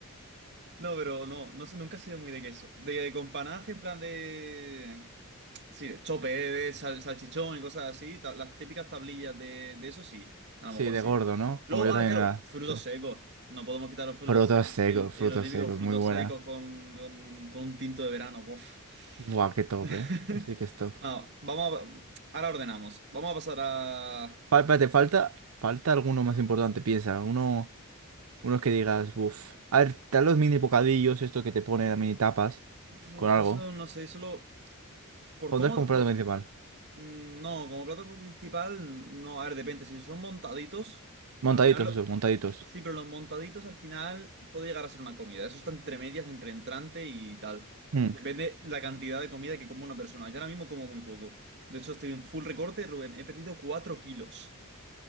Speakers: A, on the right; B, on the right.
A: No, pero no, no sé, nunca he sido muy de queso. De, con panaje, en plan de. Sí, de chope, de sal- salchichón y cosas así. ta- las típicas tablillas de, de eso sí. A lo
B: Sí,
A: mejor
B: de
A: sí.
B: gordo, ¿no?
A: Luego,
B: Como yo
A: ah,
B: también
A: claro,
B: era.
A: frutos
B: Sí.
A: secos. No podemos quitar los frutos
B: Frutos
A: secos.
B: secos,
A: El, el-
B: frutos
A: los típicos
B: secos,
A: frutos
B: muy buena.
A: secos con, con, con un tinto de verano. bof.
B: Buah, qué top,
A: <laughs>
B: ¿eh? Así que es top.
A: Ah, vamos a. Ahora ordenamos. Vamos a pasar a.
B: Pa- Espérate, falta, falta alguno más importante, piensa. Uno, unos que digas, uff. A ver, te dan los mini bocadillos, esto que te ponen a mini tapas,
A: Uf,
B: con algo.
A: eso no sé, solo. Por
B: Pondrás
A: cómo.
B: como plato principal.
A: Mm, No, como plato principal, no, a ver, depende. Si son montaditos,
B: Montaditos,
A: al final lo-
B: eso, montaditos.
A: Sí, pero los montaditos al final puede llegar a ser una comida. Eso está entre medias, entre entrante y tal.
B: Mm,
A: Depende la cantidad de comida que coma una persona. Yo ahora mismo como muy poco. De hecho, estoy en full recorte, Rubén. He perdido 4 kilos.